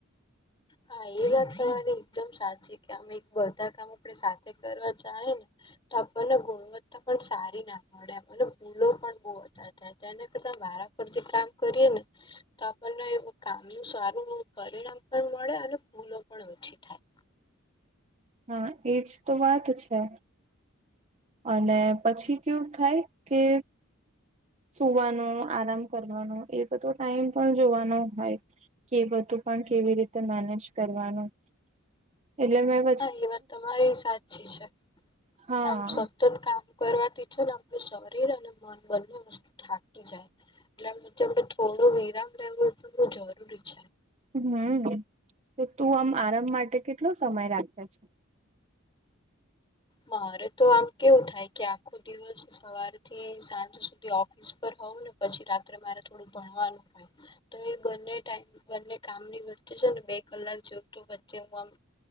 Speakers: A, on the left (about 20°); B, on the right (about 30°).
A: હા એ વાત તમારી એકદમ સાચી કે અમે એક બધા કામ આપડ સાથે કરવા જાય ને તો આપડને ણવત્તા પણ સારી નાખ મળે અને ભૂલો પણ બહ વધારે થાય એના કરતા મારા પરથી કામ કરીએ ને તો આપણને કામનું સારું પરિણામ પણ મળે અને ભૂલો પણ ઓછી થાય
B: હા એજ તો વાત છે અને પછી કેવું થાય કે સુવાનો આરામ કરવાનો એ બધો ટાઈમ પણ જોવાનો હોય કે બધું પણ કેવી રીતે મેનેજ કરવાનું એટલે મે
A: હા એ વાત તમારી સાચી છે
B: હા
A: કામ સક્ત કામ કરવાથી છે ને આપડ શરીર અને મન બંને વસ્તુ થાકી જાય એટલે આણે થોડો વિરામ લેવો એ પણ બહુ જરૂરી છે
B: હમ તો તું આમ આરામ માટે કેટલો સમય રાખ્યો છે
A: મારે તો આમ કેવું થાય કે આખો દિવસ સવાર થી સાંજ સુધી ઓફિસ પર હોઉું ને પછી રાત્રે મારે થોડું ભણવાનું થાય તો એ બંને ટાઈમ બંને કામની વચ્ચે છે ને બે કલાક જો તો વચ્ચે હ આમ